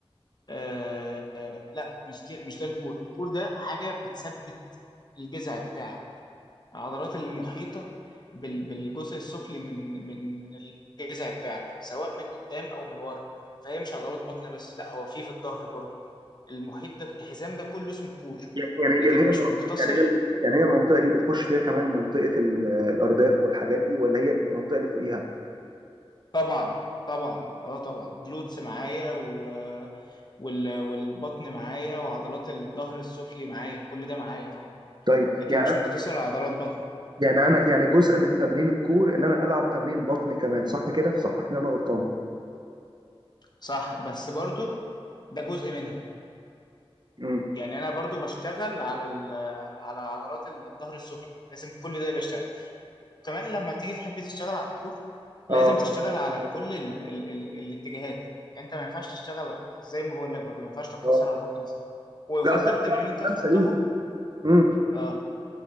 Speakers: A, on the left; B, on the right.
A: آه لا مش دي مش ده الكور الكور ده حاجة بتثبت الجذع بتاعك العضلات المحيطة بال- بالجزء السفلي من من من الجذع بتاعك سواء من قدام أو من ورا فهي مش عضلات بطن بس لا هو في في الظهر برضو المحيط ده الحزام ده كله اسمه كور
B: يعني
A: لكن
B: يعني يعني هي
A: مش
B: المنطقة
A: مقتصر
B: يعني هي الم- يعني هي المنطقه دي بيخش فيها كمان منطقه ال- الارداف والحاجات دي ولا هي المنطقه اللي فوقيها
A: طبعا طبعا اه طبعا جلوتس معايا و وال... والبطن معايا وعضلات الظهر السفلي معايا كل ده معايا طبعا
B: طيب
A: لكن
B: يعني
A: مش
B: أنا-
A: مقتصر على عضلات بطن
B: يعني انا يعني جزء من تمارين الكور ان انا العب تمارين بطن كمان صح كده صحح لي انا غلطان
A: صح بس برضو ده جزء منها
B: امم
A: يعني انا برضو بشتغل على ال- على عضلات الظهر السفلي لازم في كل ده بشتغل وكمان لما تيجي تحب تشتغل على الكور
B: اه
A: لازم تشتغل على كل ال ال ال الاتجاهات يعني انت ما ينفعش تشتغل زي ما بقول لك برضو ما ينفعش تقتصر
B: اه
A: على البطن بس ويفضل
B: لا صح
A: التمارين
B: صح
A: اللي انت
B: كلام
A: تحطها
B: سليم امم
A: اه